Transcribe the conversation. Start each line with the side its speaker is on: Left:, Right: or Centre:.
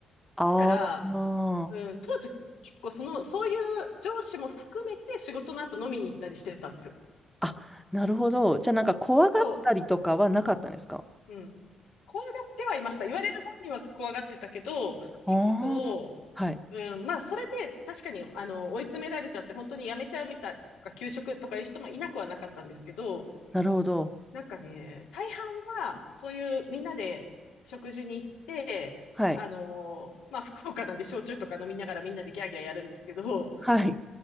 Centre: ああ。
Left: だから、うん、当時、結構その、そういう上司も含めて仕事の後飲みに行ったりしてたんですよ。
Centre: あ、なるほど。じゃあなんか怖がったりとかはなかったんですか
Left: そう。うん。怖がってはいました。言われる本人は怖がってたけど、
Centre: ああはい。
Left: 結構、うん、まあ、それで確かに、あの、追い詰められちゃって、本当に辞めちゃうみたいとか、休職とかいう人もいなくはなかったんですけど、
Centre: なるほど。
Left: なんかね、大半は、そういうみんなで食事に行って、
Centre: はい。
Left: あのーまあ、福岡なんで焼酎とか飲みながらみんなでギャーギャーやるんですけど、
Centre: はい。